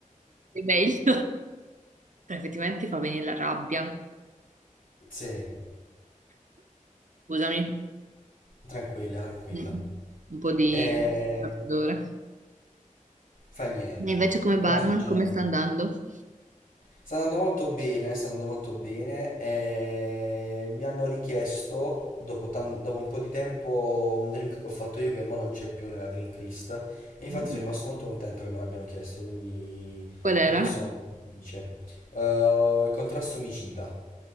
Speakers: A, on the right; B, on the left.
A: È meglio. Effettivamente ti fa venire la rabbia.
B: Sì,
A: Scusami.
B: tranquilla, tranquilla.
A: Mm. Un po' di
B: E
A: raffreddore.
B: fa niente.
A: E invece come
B: Mo'
A: barman,
B: sto girando.
A: come sta andando?
B: Sta andando molto bene, sta andando molto bene. E mi hanno richiesto, dopo, tan- dopo un po' di tempo, un drink che ho fatto io che mo non c'è più nella drink list. E infatti
A: Mm.
B: sono rimasto molto contento che me l'abbiano chiesto, quindi
A: Qual era?
B: per questo sono molto felice. Eh, il contrasto omicida.